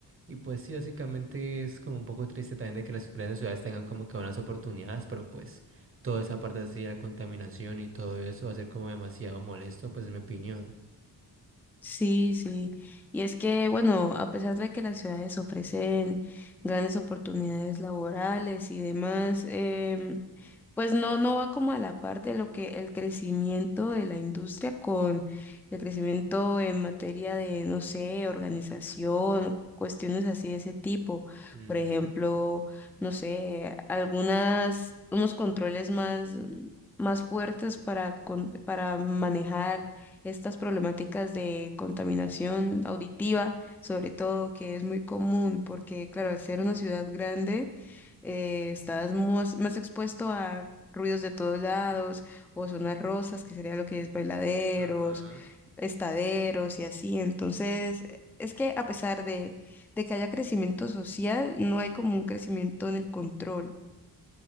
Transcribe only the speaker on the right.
Y pues sí, básicamente es como un poco triste también de que las grandes ciudades tengan como que buenas oportunidades, pero pues toda esa parte así de la contaminación y todo eso va a ser como demasiado molesto, pues en mi opinión.
Ujú,
Ajá.